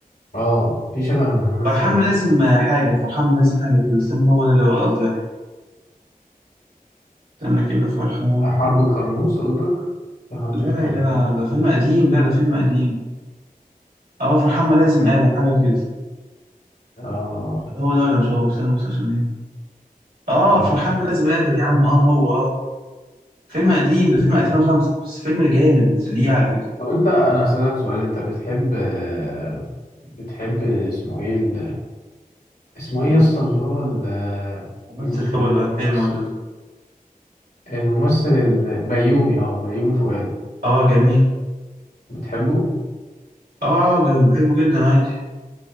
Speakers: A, on the left; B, on the right.
A: اه في شبه من محمد
B: فرحان
A: سلام
B: ملازم آه، حاجة فرحان ملازم حاجة كده استنى هو ده اللي قصدي عليه استنى كده فرحان
A: حرب كرموز قصدك في حرب
B: لا لا
A: كرموز
B: يا جدع ده فيلم قديم لا ده فيلم قديم اه فرحان ملازم آدم حاجة كده
A: اه
B: هو ده ولا مش هو استنى بص عشان ايه اه
A: فرحان
B: فرحان ملازم آدم يا عم اه هو اه فيلم قديم ده فيلم
A: إيه،
B: 2005 بس فيلم جامد ليه على فكرة
A: طب انت انا هسألك سؤال انت بتحب آه، بتحب اسمه ايه ال- اسمه
B: مين؟
A: ايه يا اسطى اللي هو ال-
B: ممثل
A: المس-
B: طب
A: الممثل
B: ولا فيلم ولا إيه؟
A: الممثل البيومي اه بيومي فؤاد
B: اه جميل
A: بتحبه
B: اه جميل بحبه جدا عادي